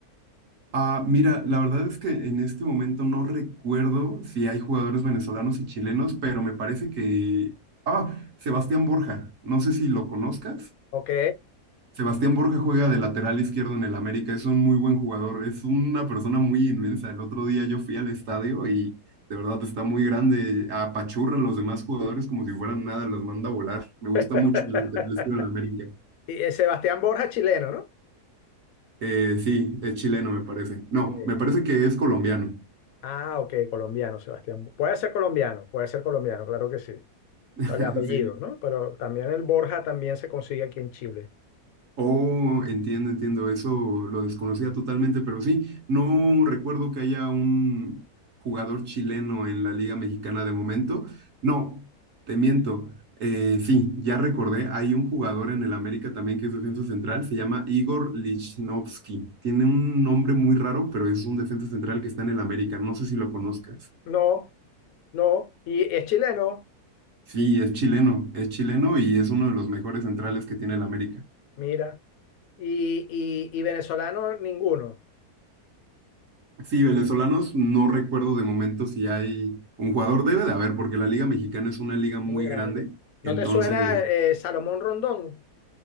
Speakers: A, on the right; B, on the left.
A: Ah, mira, la verdad es que en este momento no recuerdo si hay jugadores venezolanos y chilenos, pero me parece que... Ah, Sebastián Borja, no sé si lo conozcas.
B: ¿ok?
A: Sebastián Borja juega de lateral izquierdo en el América, es un muy buen jugador, es una persona muy inmensa. El otro día yo fui al estadio y de verdad está muy grande, apachurra a los demás jugadores como si fueran nada, los manda a volar. Me gusta
B: <laughs>
A: mucho el lateral izquierdo en el América.
B: Y, eh, Sebastián Borja, chileno, ¿no?
A: Eh, sí, es chileno me parece. No,
B: Sí.
A: me parece que es colombiano.
B: Ah, ok, colombiano, Sebastián. Puede ser colombiano, puede ser colombiano, claro que sí.
A: <laughs>
B: Por el apellido,
A: Sí.
B: ¿no? Pero también el Borja también se consigue aquí en Chile.
A: Oh, entiendo, entiendo, eso lo desconocía totalmente, pero sí, no recuerdo que haya un jugador chileno en la Liga Mexicana de momento. No, te miento. Eh, sí, ya recordé, hay un jugador en el América también que es defensa central, se llama Igor Lichnowsky. Tiene un nombre muy raro, pero es un defensa central que está en el América, no sé si lo conozcas.
B: No, no. Y es chileno,
A: Sí, es chileno, es chileno y es uno de los mejores centrales que tiene el América.
B: mira. Y, y, y venezolano, ninguno.
A: Sí, venezolanos, no recuerdo de momento si hay un jugador, debe de haber, porque la Liga Mexicana es una liga muy
B: Muy grande.
A: grande.
B: ¿No
A: Entonces,
B: te suena eh, Salomón Rondón?